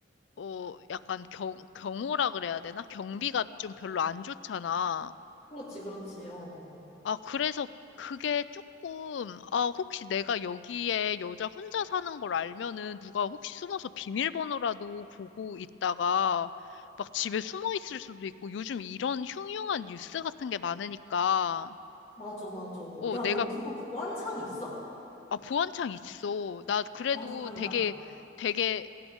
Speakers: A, on the left (about 70°); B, on the left (about 35°).
A: 어, 약간 경, 경호라 그래야 되나? 경비가 좀 별로 안 좋잖아.
B: 그렇지, 그렇지. 어.
A: 아, 그래서 그게 조금, 아, 혹시 내가 여기에 여자 혼자 사는 걸 알면은 누가 혹시 숨어서 비밀번호라도 보고 있다가 막 집에 숨어 있을 수도 있고 요즘 이런 흉흉한 뉴스 같은 게 많으니까,
B: 맞아, 맞아.
A: 어,
B: 야,
A: 내가,
B: 너 그거 보안창 있어?
A: 아, 보안창 있어. 나 그래도
B: 아, 다행이다.
A: 되게, 되게